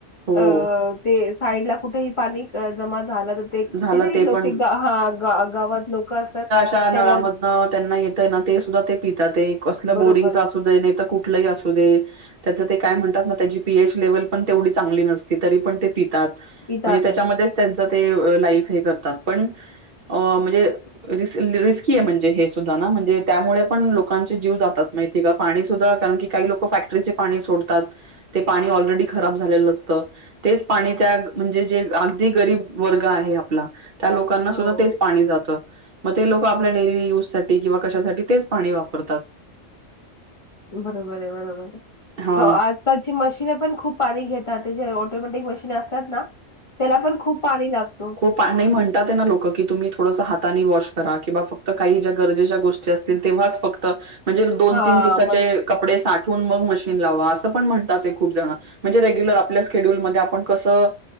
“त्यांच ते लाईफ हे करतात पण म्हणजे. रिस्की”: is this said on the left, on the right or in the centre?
Right